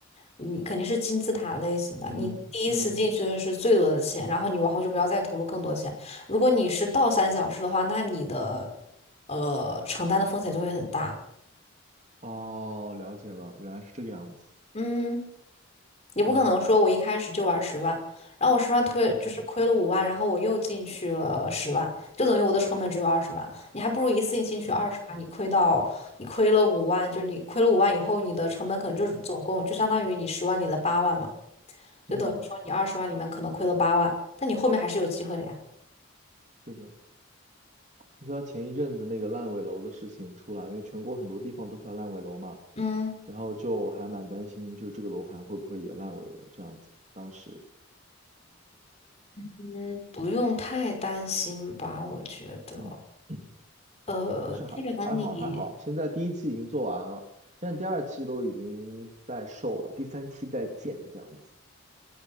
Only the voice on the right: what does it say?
嗯嗯，
哦，了解了，原来是这个样子。
嗯
嗯
嗯
嗯，
嗯，
是的。你知道前一阵子那个烂尾楼的事情出来，因为全国很多地方都出来烂尾楼嘛，
然后就还蛮担心，就是这个楼盘会不会也烂尾了这样子。当时，
嗯，嗯
但是还还好还好，
现在第一期已经做完了，现在第二期都已经在售了，第三期在建这样子。